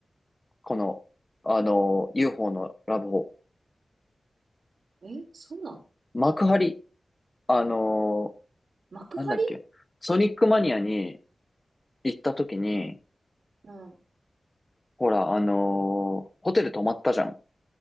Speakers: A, on the left; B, on the right.
A: この、あのー UFO のラブホ。
B: え、そうなの
A: 幕張、あのー
B: 幕張
A: なんだっけ、ソニックマニアに行った時に、
B: うん、
A: ほら、あのーホテル泊まったじゃん。